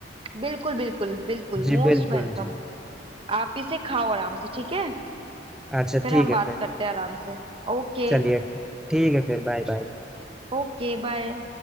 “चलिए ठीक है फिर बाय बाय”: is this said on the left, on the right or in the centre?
Centre